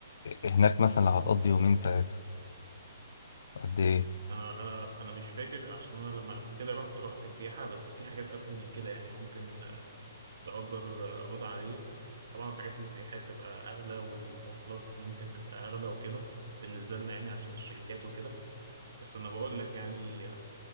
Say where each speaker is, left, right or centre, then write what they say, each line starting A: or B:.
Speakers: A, on the left; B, on the right.
A: هناك مثلا لو هتقضي يومين تلاته قد ايه
B: انا انا انا مش فاكر عشان انا لما قبل كده رحت رحت سياحة بس في حاجات اسهل من كده يعني ممكن آه، تأجر آه، أوضة عادية طبعا الحاجات السياحية بتبقى أغلى والمواصلات ممكن تبقى أغلى وكده بالنسبة لنا يعني عشان الشركات وكده بس أنا بقول لك يعني